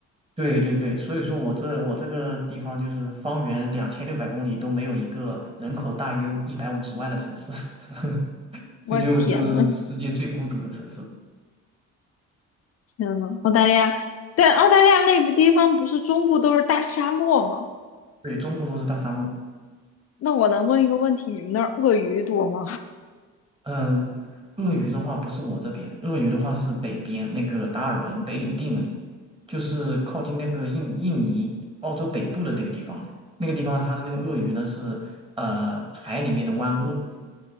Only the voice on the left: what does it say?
<laughs> 我的天呐，
天呐，澳大利亚，但澳大利亚那个地方不是中部都是大沙漠吗？
那我能问一个问题，你们那儿鳄鱼多吗？